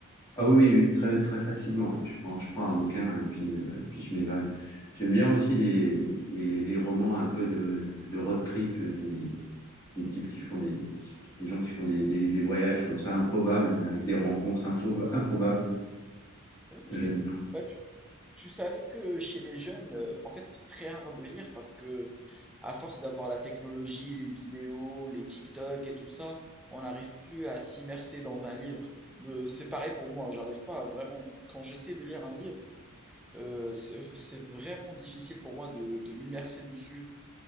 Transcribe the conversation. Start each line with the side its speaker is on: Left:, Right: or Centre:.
Left: Ah oui, oui, oui, très, très facilement. ouais. Je prends, je prends un bouquin et puis, euh, et puis je m'évade. J'aime bien aussi les, les, les- les romans un peu de, de road trip, des, des types qui font des, des gens qui font des, des, des voyages comme ça improbables, avec des rencontres improb- improbables.
Centre: Ok.
Left: Ça, j'aime bien.
Centre: Bah, tu, tu savais que chez les jeunes, euh, en fait, c'est très rare de lire parce que, à force d'avoir la technologie, les vidéos, les TikTok et tout ça, on n'arrive plus à s'immerser dans un livre. Euh, c'est pareil pour moi, j'arrive pas à vraiment. Quand j'essaie de lire un livre, euh, c'est c'est vraiment difficile pour moi de, de m'immerser dessus.